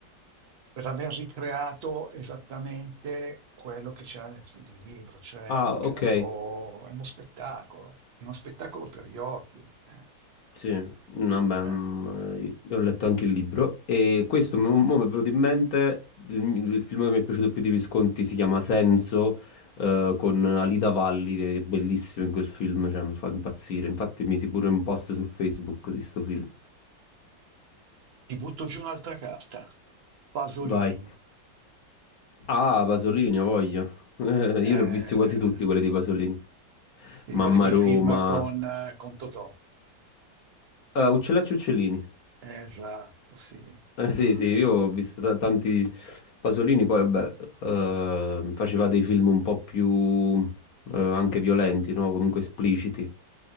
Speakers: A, on the right (about 75°); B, on the left (about 60°).
A: per aver ricreato esattamente quello che c'era nel, fi- nel libro, cioè
B: Ah,
A: ha ricreato,
B: ok,
A: è uno spettacolo, è uno spettacolo per gli occhi. eh,
B: Sì, vabbè,
A: eh.
B: mm, io ho letto anche il libro e questo mo- mo mi è venuto in mente il, il film che mi è piaciuto più di Visconti si chiama Senso eh, con Alida Valli che è bellissimo in quel film, cioè mi fa impazzire. Infatti misi pure un post su Facebook di sto film.
A: Ti butto giù un'altra carta, Pasolini.
B: Vai. Ah, Pasolini, ho voglia. <laughs> Eh,
A: Eh,
B: io li ho visti quasi tutti quelli di Pasolini.
A: Ti
B: Mamma
A: ricordi quel
B: Roma.
A: film con, eh, con Totò?
B: Eh, Uccellacci e Uccellini.
A: Esatto, sì.
B: Eh, sì,
A: Mm.
B: sì, io ho visto ta- tanti Pasolini, poi vabbè, eh, faceva dei film un po' più eh, anche violenti, no? Comunque espliciti.